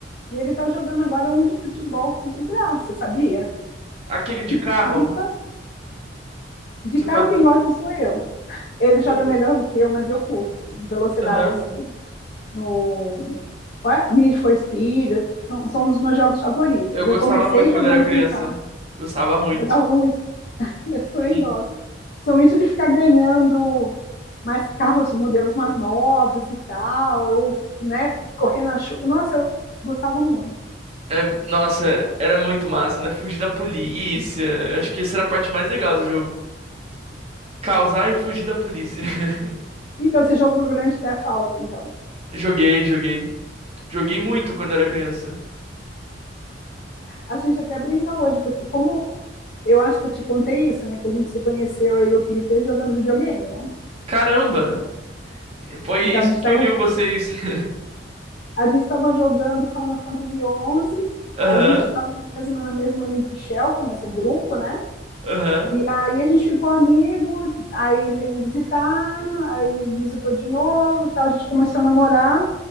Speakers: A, on the left; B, on the right.
A: E ele tá jogando agora um de futebol que é de graça, sabia?
B: Aquele de
A: Tipo
B: carro,
A: FIFA, de
B: você
A: carro
B: faz.
A: quem
B: gol.
A: gosta sou eu. Ele joga
B: Você-
A: melhor do que eu, mas eu curto. Velocidade,
B: Aham.
A: assim, no é? Need for Speed, são, são um dos meus jogos favoritos.
B: Eu gostava
A: Eu comecei
B: muito
A: jogando
B: quando era criança.
A: com carro,
B: Gostava muito.
A: jogava muito, <laughs> eu também
B: Hum.
A: gosto. Somente de ficar ganhando mais carros, modelos mais novos e tal, eu, né, correndo na chuva. Nossa, eu gostava muito.
B: É, nossa, era muito massa, né? Fugir da polícia. Acho que essa era a parte mais legal do jogo. Causar e fugir da polícia. <laughs>
A: Então, esse jogo do grande até falta, então.
B: Joguei, joguei. Joguei muito quando era criança.
A: A gente até brinca hoje, porque como eu acho que eu te contei isso, né? Que a gente se conheceu, eu e o Peter, jogando videogame, né?
B: Caramba! Foi
A: Então
B: isso
A: a gente estava
B: que uniu vocês. <laughs>
A: a gente estava jogando Final Fantasy onze
B: Aham,
A: aí a gente estava na mesma, na mesma Link Shelter, mas um grupo, né?
B: aham.
A: E aí a gente ficou amigo, aí ele veio me visitar, aí visitou de novo, e tal, a gente começou a namorar,